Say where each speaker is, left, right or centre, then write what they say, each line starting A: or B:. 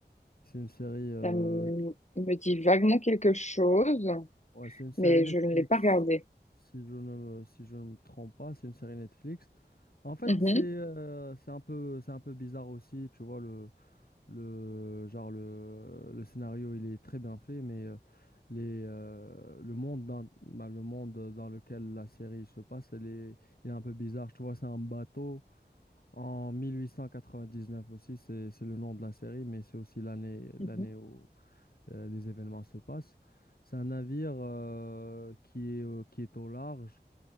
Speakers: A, on the left; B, on the left.
A: c'est une série, euh,
B: Ça me me dit vaguement quelque chose,
A: ouais, c'est une série
B: mais
A: Netflix,
B: je ne l'ai pas regardé.
A: si je ne, si je ne me trompe pas, c'est une série Netflix. En fait,
B: Mhm.
A: c'est euh, c'est un peu, c'est un peu bizarre aussi, tu vois, le, Le, genre le, le scénario, il est très bien fait, mais euh, les, euh, le monde dans, bah, le monde dans lequel la série se passe, elle est, il est un peu bizarre. Tu vois, c'est un bateau en 1899 aussi, c'est, c'est le nom de la série, mais c'est aussi l'année, l'année
B: Mhm.
A: où euh, les événements se passent. C'est un navire euh, qui est, au- qui est au large.